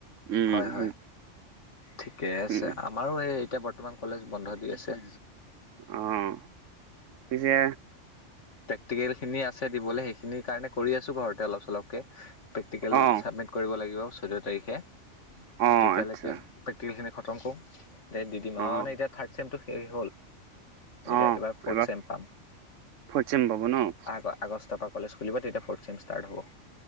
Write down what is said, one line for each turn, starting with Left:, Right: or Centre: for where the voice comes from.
Right: উম,
Left: হয় হয় ঠিকে আছে।
Right: উম,
Left: আমাৰো সেই এতিয়া বৰ্তমান কলেজ বন্ধ দি আছে।
Right: অঁ', পিছে
Left: প্ৰেক্টিকেল খিনি আছে দিবলৈ সেইখিনিৰ কাৰণে কৰি আছো ঘৰতে অলপ চলপকৈ প্ৰেক্টিকেল
Right: অ'
Left: ছাবমিট কৰিব লাগিব চৈধ্য তাৰিখে তো
Right: অ'
Left: তেতিয়ালৈকে
Right: আচ্ছা
Left: প্ৰেক্টিকেলখিনি খতম কৰোঁ দে দি দিম
Right: অ'
Left: আৰু মানে এতিয়া থাৰ্ড চেমটো শেষ হ'ল। এতিয়া
Right: অ'
Left: এইবাৰ ফৰ্থ
Right: এবাৰ
Left: চেম পাম
Right: ফৰ্থ চেম পাব ন'
Left: আকৌ আগষ্টৰ পৰা কলেজ খুলিব তেতিয়া ফ'ৰ্থ চেম ষ্টাৰট হ'ব।